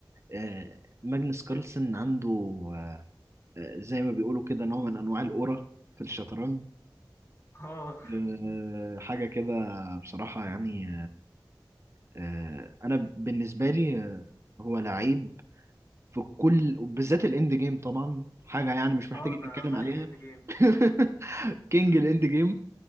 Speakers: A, on the right; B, on the left.
A: آه، ماجنس كارلسن عنده آه، آه، زي ما بيقولوا كده نوع من انواع الاورا في الشطرنج
B: اه
A: آه، حاجه كده بصراحه يعني آه، انا بالنسبه لي آه، هو لعيب في كل بالذات الاند جيم طبعا حاجه يعني مش
B: <laughs>
A: محتاجين
B: اه ده
A: نتكلم
B: ملك
A: عليها
B: الاند جيم
A: <laughs> كينج الاند جيم